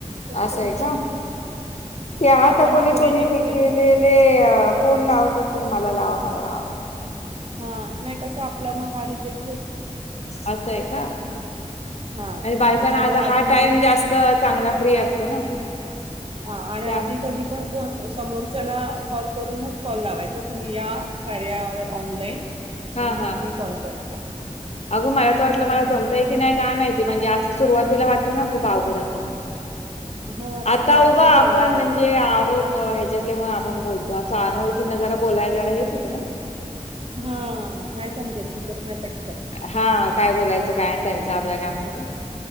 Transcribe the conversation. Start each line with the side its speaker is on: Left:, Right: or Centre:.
Right: कट
Left: असं
Right: करून
Left: आहे
Right: दे.
Left: का? ते आता
Right: मग आपला
Left: कोणी
Right: हा
Left: कोणी
Right: रिजेक्ट
Left: हे
Right: होईल
Left: केलेले
Right: ना.
Left: फोन लावत असतील. मला लावा मला लावा मला.
Right: हा नाही कसं आपल्या म हा रिजेक
Left: असं आहे का
Right: हां,
Left: आणि बायकांना
Right: त्याच्यामुळे आधीमधी
Left: हा टाइम जास्त चांगला फ्री असतो ना.
Right: हा आणि
Left: त्यामुळे
Right: आधी कधी पण कोण समोरच्याला कॉल करूनच कॉल लावायचा तुम्ही या कार्यावर ऑनलाईन आणि
Left: हा
Right: मग
Left: हा
Right: मी कॉल कर
Left: अगं मला तर वाटलं मला जमतंय की नाही काय माहिती म्हणजे असं सुरुवातीला वाट ते ना खूप अवघड असतं.
Right: हां,
Left: आता
Right: तसं वाटतं
Left: उघ आपण
Right: सुरुवातीला.
Left: म्हणजे आहोत ह्याच्यातले म आपण बोलतो. त असं अनोळखींना जरा बोलाय जरा हेच होतं ना.
Right: हं नाही समजत सुकत नाही पटकन.
Left: हा काय बोलायचं काय त्यांचं आपल्या काय माहिती असणा